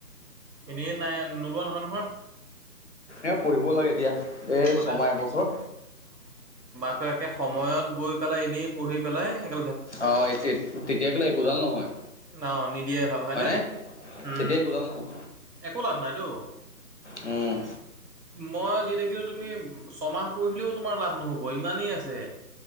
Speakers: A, on the right; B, on the left.
A: এনেই নাই নোলোৱা নহয় নহয়।
B: এ পঢ়িব লাগে দিয়া এই
A: মানে
B: ছমাহ এবছৰ।
A: তাকে সময়ত গৈ পেলাই এনেই পঢ়ি পেলাই এক
B: অহ তে তেতিয়া কেলা একোডাল নহয়।
A: অ নিদিয়াই ভাল হয়নে
B: হয় নে,
A: উম
B: তেতিয়া একোডাল নহয়।
A: একো লাভ নাইতো।
B: উম।
A: মই যি দেখিলো তুমি ছমাহ পঢ়িলেও তোমাৰ লাভ নহ'ব ইমানেই আছে।